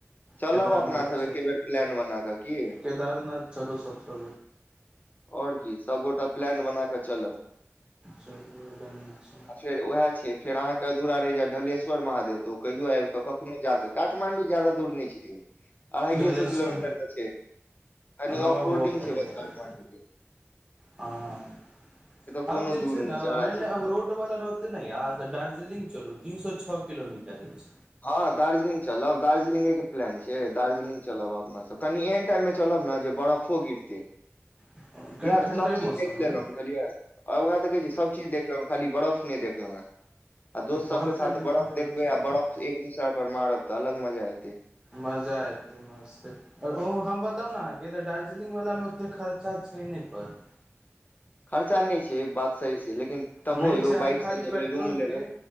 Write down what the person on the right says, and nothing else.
केदारनाथ
चलू
केदारनाथ चलू सबसँ
चल बइ ओइ लऽ नै छै
ढलेश्वर
हँ
हो बढ़िया
हँ <inaudible> हम
जे
छै न
मैन
ले रोड वला रहतै न यहाँ स दार्जिलिंग चलु तीन सौ छौ किलोमीटर अइछ
अछि
कनि
ठण्डे
मौसममे
बर्फे
देखै
लए
अच्छा लागै।
मजा एतै म ओ हम बताउ न अहाँकेँ तऽ दार्जलिंग वला मे ओते खर्चा छै नै पर
मेन
छै अहाँके
खाली
पेट्रोलके